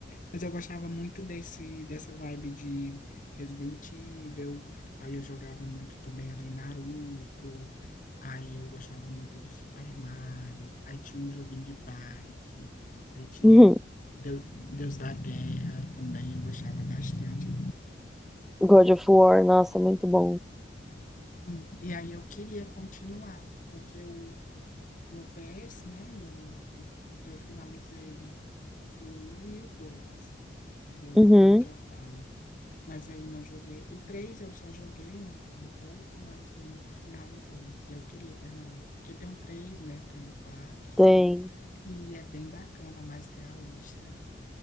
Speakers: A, on the left (about 45°); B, in the centre.
A: mas eu gostava muito desse dessa vibe de Resident Evil. Aí eu jogava muito também ali Naruto. Aí eu gostava muito do Super Mario. Aí tinha um joguinho de bike. Aí tinha
B: Uhum.
A: Deu- Deus da Guerra também, eu gostava bastante.
B: God of War, nossa, é muito bom.
A: Sim, E aí eu queria continuar, porque o no PS, né? No, eu finalizei o um e o 2 do
B: Uhum,
A: God of War. Mas aí não joguei. O 3 eu só joguei um, um pouco, mas nunca finalizei. E eu queria terminar. Porque tem o três né? Tem o quatro cinco
B: tem.
A: E é bem bacana, mais realista.